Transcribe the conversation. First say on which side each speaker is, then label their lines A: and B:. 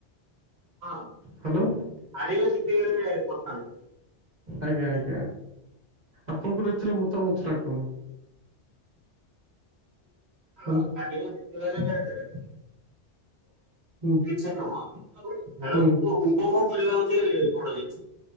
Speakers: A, on the right; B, on the right.
A: ହଁ
B: ହ୍ୟାଲୋ
A: ହାରିବ ଜିତିବାରେ ପ <unintelligible> ଥାନ୍ତ।
B: ଆଜ୍ଞା ଆଜ୍ଞା ଆପଣଙ୍କର ଏଥିରେ ମତାମତ ଟା କଣ?
A: ହାରିବା
B: ହ୍ୟାଲୋ
A: ଜିତିବାରେ <unintelligible>
B: ହୁଁ
A: ଛ ନୁହଁ କି ଖେଳକୁ
B: ହୁଁ
A: ଉପଭୋଗ କରିବା ହଉଛି ବଡ ଜିନିଷ।